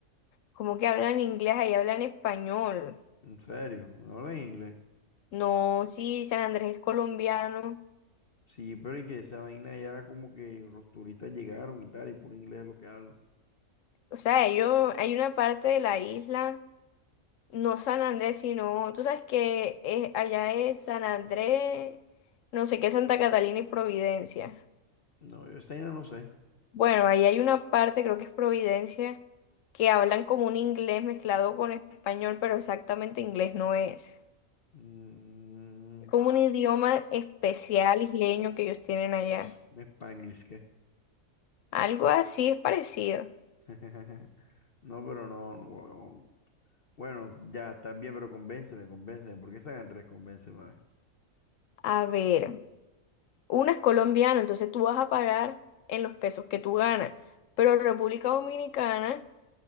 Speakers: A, on the left; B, on the left.
A: Como que hablan inglés, ahí hablan español.
B: En serio, no hablan inglés.
A: No, sí, San Andrés es colombiano.
B: Sí, pero y que esa vaina ya como que los turistas llegaron y tal, y puro inglés es lo que hablan.
A: O sea, ellos, hay una parte de la isla, no San Andrés, sino, tú sabes que es- allá es San Andrés, no sé qué, Santa Catalina y Providencia.
B: No, yo esa vaina no sé.
A: Bueno, ahí hay una parte, creo que es Providencia, que hablan como un inglés mezclado con español, pero exactamente inglés no es.
B: Mm,
A: Es como un idioma especial
B: eh,
A: isleño que ellos tienen allá.
B: s- Spanglish, ¿qué?
A: Algo así es parecido.
B: <laughs> No, pero no, no, huevón. Bueno, ya está bien, pero convénceme, convénceme. ¿Por qué San Andrés? Convénceme.
A: A ver. Una es colombiana, entonces tú vas a pagar en los pesos que tú ganas. Pero República Dominicana,